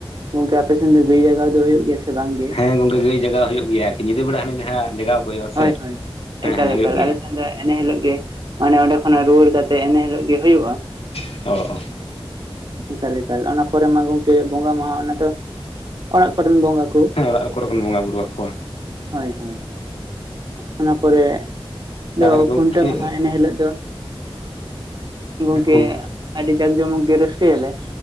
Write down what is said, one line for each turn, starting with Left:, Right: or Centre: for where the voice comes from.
Right: ᱜᱚᱝᱠᱮ ᱟᱯᱮ ᱥᱮᱱ ᱫᱚ ᱜᱟᱹᱭ ᱡᱟᱜᱟᱣ ᱫᱚ ᱦᱩᱭᱩᱜ ᱜᱮᱭᱟ ᱥᱮ ᱵᱟᱝ ᱜᱮ?
Left: ᱦᱮᱸ ᱜᱚᱝᱠᱮ ᱜᱟᱹᱭ ᱡᱟᱜᱟᱣ ᱦᱩᱭᱩᱜ ᱜᱮᱭᱟ ᱟᱨᱠᱤ ᱧᱤᱫᱟᱹ ᱵᱮᱲᱟ ᱦᱟᱱᱮ ᱡᱟᱦᱟᱸ ᱡᱟᱜᱟᱣ ᱠᱚ ᱦᱩᱭᱩᱜᱼᱟ
Right: ᱦᱳᱭ
Left: ᱥᱮ
Right: ᱦᱳᱭ,
Left: ᱦᱮᱸ
Right: ᱮᱠᱟᱞ
Left: ᱦᱮᱸ ᱦᱩᱭᱩᱜ
Right: ᱮᱠᱟᱞ
Left: ᱜᱮᱭᱟ
Right: ᱟᱞᱮ ᱥᱮᱱ ᱫᱚ ᱮᱱᱮ ᱦᱤᱞᱚᱜ ᱜᱮ ᱢᱟᱱᱮ ᱚᱸᱰᱮ ᱠᱷᱚᱱᱟᱜ ᱨᱩᱣᱟᱹᱲ ᱠᱟᱛᱮᱫ ᱮᱱᱮ ᱦᱤᱞᱚᱜ ᱜᱮ ᱦᱩᱭᱩᱜᱼᱟ᱾
Left: <unintelligible>
Right: ᱮᱠᱟᱞ ᱮᱠᱟᱞ᱾ ᱚᱱᱟ ᱯᱚᱨᱮ ᱢᱟ ᱜᱚᱢᱠᱮ ᱵᱚᱸᱜᱟ ᱢᱟᱦᱟ ᱚᱱᱟ ᱫᱚ ᱚᱲᱟᱜ ᱠᱚᱨᱮᱱ ᱵᱚᱸᱜᱟ ᱠᱚ
Left: ᱦᱮᱸ ᱚᱲᱟᱜ ᱠᱚᱨᱮ ᱵᱚᱱ ᱵᱚᱸᱜᱟ ᱵᱩᱨᱩ ᱟᱠᱚᱣᱟ
Right: ᱦᱳᱭ ᱦᱳᱭ᱾ ᱚᱱᱟ ᱯᱚᱨᱮ ᱫᱚ
Left: ᱟᱨ ᱜᱚᱢᱠᱮ
Right: ᱠᱷᱩᱱᱴᱟᱹᱣ ᱢᱟᱦᱟ ᱮᱱᱮ ᱦᱤᱞᱳᱜ ᱫᱚ ᱜᱚᱝᱠᱮ
Left: ᱠᱷᱩᱱ
Right: ᱟᱹᱰᱤ ᱡᱟᱠ ᱡᱚᱢᱚᱠ ᱜᱮ ᱨᱟᱹᱥᱠᱟᱹᱼᱟᱞᱮ